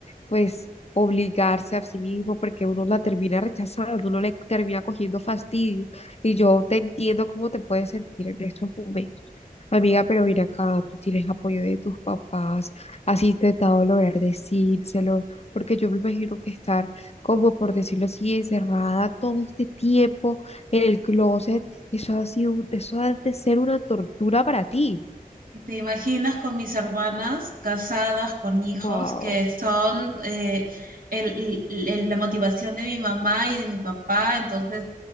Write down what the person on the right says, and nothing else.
Y te imaginas con mis hermanas casadas con hijos
que son eh, el- el- el- la motivación de mi mamá y de mi papá, entonces